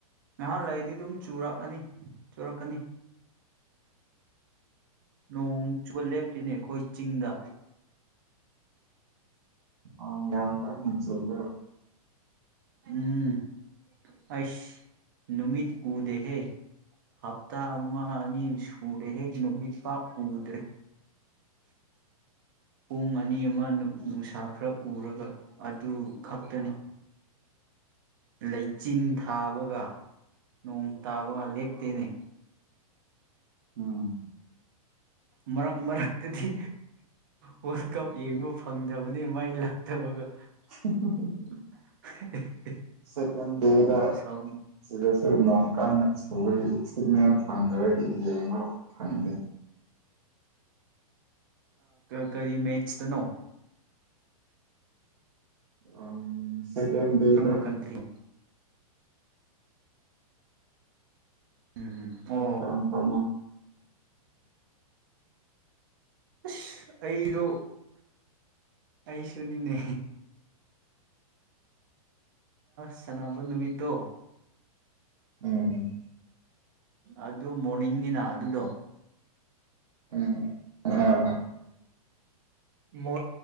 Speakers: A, on the right (about 35°); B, on the right (about 85°).
A: ꯉꯥꯏꯍꯥꯛ ꯂꯩꯗꯤ ꯑꯗꯨꯝ ꯆꯨꯔꯛꯑꯅꯤ ꯆꯨꯔꯛꯀꯅꯤ ꯅꯣꯡ ꯆꯨꯕ ꯂꯦꯞꯇꯣꯏꯅꯦ ꯑꯩꯈꯣꯏ ꯆꯤꯡꯗ
B: ꯑ ꯉꯝ ꯀ ꯆꯒ
A: ꯎꯝ ꯑꯩꯁ ꯅꯨꯃꯤꯠ ꯎꯗꯦꯍꯦ ꯍꯞꯇꯥ ꯑꯃ ꯑꯅꯤ ꯁꯨꯔꯦꯍꯦ ꯅꯨꯃꯤꯠ ꯄꯥꯛ ꯎꯗ꯭ꯔꯦ ꯄꯣꯡ ꯑꯅꯤ ꯑꯃ ꯅꯨꯡꯁꯥ ꯈꯔ ꯎꯔꯒ ꯑꯗꯨ ꯈꯛꯇꯅꯤ ꯂꯩꯆꯤꯟ ꯊꯥꯕꯒ ꯅꯣꯡ ꯇꯥꯕꯒ ꯂꯦꯞꯇꯦꯅꯤ
B: ꯎꯝ
A: ꯃꯔꯛ ꯃꯔꯛꯇꯗꯤ ꯋꯥꯔꯜ ꯀꯞ ꯌꯦꯡꯕ ꯐꯪꯗꯕꯅꯤ ꯃꯥꯏ ꯂꯥꯛꯇꯕꯒ
B: ꯎ
A: <unintelligible>
B: ꯁꯦꯀꯦꯟ ꯗꯦꯗ
A: ꯁꯥꯎꯟ
B: ꯁꯤꯗꯁꯨ ꯅꯡ ꯀꯟꯅ ꯁꯨꯧꯕꯒꯤ ꯁꯤꯛꯅꯦꯜ ꯐꯪꯗꯕꯒꯤ ꯌꯦꯡꯕ ꯐꯪꯗꯦ
A: ꯎꯝ ꯀꯔꯤ ꯃꯦꯆꯇ ꯅꯣ
B: ꯎꯝ ꯁꯀꯗꯗ
A: ꯀꯔꯝꯕ ꯀꯟꯇ꯭ꯔꯤꯅꯣ ꯎꯝ ꯎꯝ ꯑꯣ
B: ꯀꯝ ꯀ
A: ꯑꯁ ꯑꯩꯗꯣ ꯑꯩꯁꯨꯅꯤꯅꯦ ꯁꯥꯟꯅꯕ ꯅꯨꯃꯤꯠꯇꯣ
B: ꯎꯝ
A: ꯑꯗꯨ ꯃꯣꯔꯅꯤꯡꯅꯤꯅ ꯑꯗꯨꯗꯣ
B: ꯎꯝ ꯑꯥ
A: ꯃ